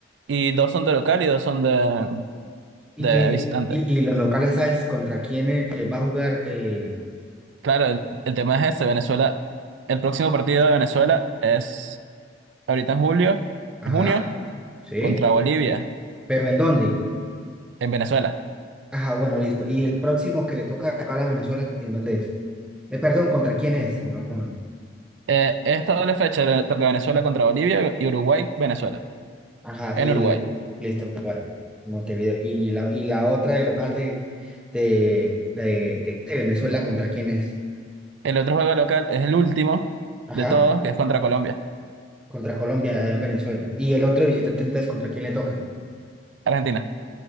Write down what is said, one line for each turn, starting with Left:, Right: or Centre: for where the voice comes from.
Right: y dos son de local y dos son de,
Centre: Y,
Right: de visitante.
Centre: y, y los locales, ¿sabes contra quién eh, va a jugar? Eh,
Right: Claro, el, el tema es ese, Venezuela. El próximo partido de Venezuela es ahorita en julio,
Centre: ajá,
Right: en junio,
Centre: sí.
Right: contra Bolivia,
Centre: ¿Pero en dónde?
Right: en Venezuela.
Centre: Ajá, bueno, listo. ¿Y el próximo que le toca local a Venezuela, en dónde es? Eh, perdón, ¿contra quién es? No, con...
Right: Eh, esta doble fecha le toca Venezuela contra Bolivia y Uruguay, Venezuela,
Centre: Ajá,
Right: en
Centre: y
Right: Uruguay.
Centre: le- listo, igual, Montevideo. Y la, y la otra, el local de, de, de, de- de Venezuela, ¿contra quién es?
Right: El otro juego local es el último
Centre: Ajá,
Right: de todos, que es contra Colombia,
Centre: contra Colombia, allá en Venezuela. Y el otro visitante, entonces, ¿contra quién le toca?
Right: Argentina.